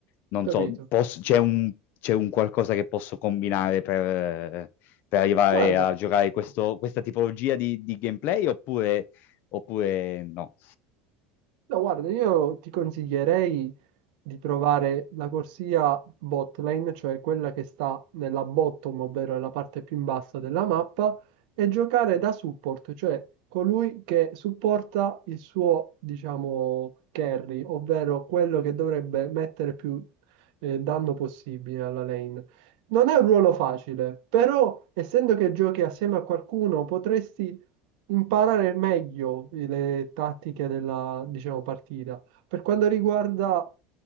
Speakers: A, on the left (about 45°); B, on the right (about 70°).
A: Non
B: ho capito.
A: so, posso- c'è un, c'è un qualcosa che posso combinare per, per arrivare
B: Guarda,
A: a giocare questo- questa tipologia di, di gameplay oppure, oppure no?
B: No, guarda, io ti consiglierei, di trovare la corsia bot lane, cioè quella che sta nella bottom, ovvero nella parte più in basso della mappa, e giocare da support, cioè colui che supporta il suo, diciamo, carry, ovvero quello che dovrebbe mettere più eh, danno possibile alla lane. Non è un ruolo facile, però essendo che giochi assieme a qualcuno potresti imparare meglio le tattiche della, diciamo, partita. Per quanto riguarda